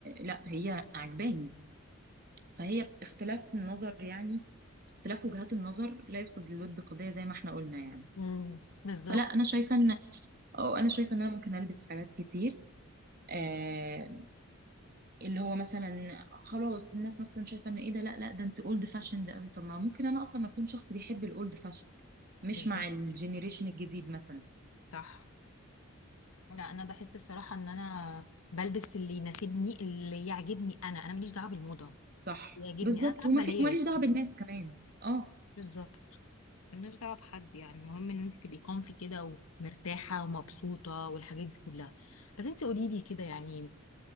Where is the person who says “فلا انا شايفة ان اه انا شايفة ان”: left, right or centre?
Right